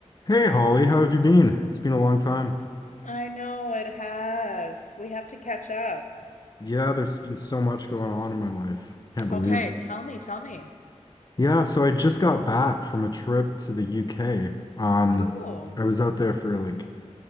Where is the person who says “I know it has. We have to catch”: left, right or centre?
Left